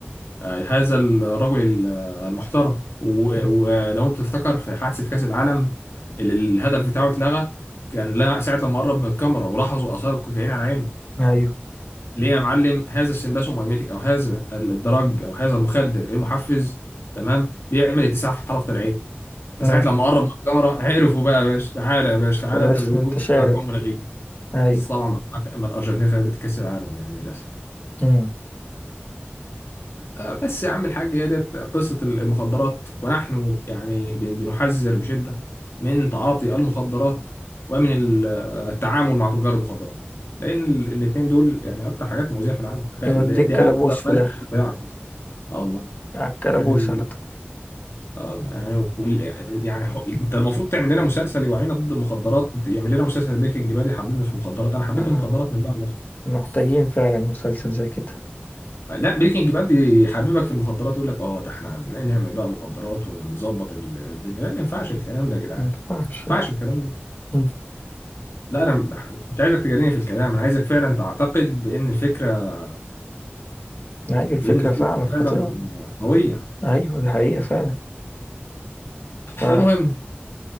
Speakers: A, on the left (about 75°); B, on the left (about 45°).
A: آه، هذا الرجل ال- آه، المحترم و-
B: أمم.
A: ولو انت تفتكر في حادثه كاس العالم اللي الهدف بتاعه اتلغى كان لا ساعه لما قرب من الكاميرا ولاحظوا اثار الكوكايين على عينه
B: ايوه
A: ليه يا معلم هذا السمباس مايميتيك او هذا الدرج او هذا المخدر إيه المحفز تمام بيعمل اتساع في حلقه العين فساعات
B: امم
A: لما قرب من الكاميرا عرفوا بقى يا باشا تعالى يا باشا
B: فبس
A: تعالى انت بالهجوم
B: انت شارب
A: بتاعك وهم لاغيين
B: ايوه
A: بس طبعا مع- ما الارجنتين خدت كاس العالم يعني للاسف
B: امم
A: آه، بس يا عم الحاج هي ديت قصه المخدرات ونحن يعني بن- بنحذر بشده من تعاطي المخدرات ومن ال- آه، التعامل مع تجار المخدرات لان الاثنين دول يعني اكتر حاجات مؤذيه في العالم تخيل
B: يوديك
A: دي
B: كلبوش
A: اكتر
B: في
A: ماده
B: الاخر
A: بتضيعك اه والله
B: على الكلبوش
A: يعني ال-
B: على طول
A: اه يعني وال- يعني حق- انت المفروض تعمل لنا مسلسل يوعينا ضد المخدرات يعمل لنا مسلسل بريكنج باد يحببنا في المخدرات انا حبيت
B: آه.
A: المخدرات من بعد بس.
B: محتاجين فعلا مسلسل زي كده
A: لا بريكنج باد يحببك في المخدرات يقول لك اه ده احنا نعمل بقى مخدرات ونظبط الدنيا لا ما ينفعش الكلام ده يا جدعان
B: ما ينفعش
A: ما ينفعش الكلام ده
B: أمم.
A: لا انا م- مش عايزك تجاريني في الكلام انا عايزك فعلا تعتقد بان الفكره
B: ايوه الفكره
A: بان الفكره
B: فعلا خطيره
A: فعلا قويه
B: ايوه دي حقيقه فعلا ف
A: المهم